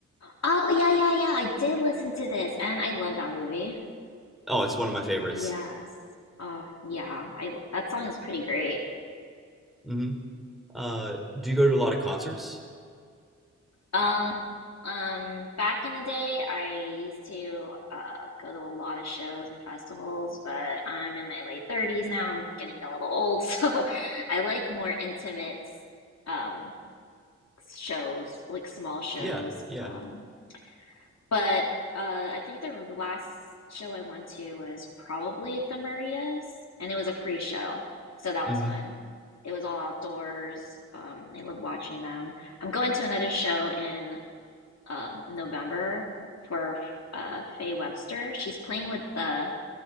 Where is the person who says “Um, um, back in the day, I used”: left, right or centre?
Left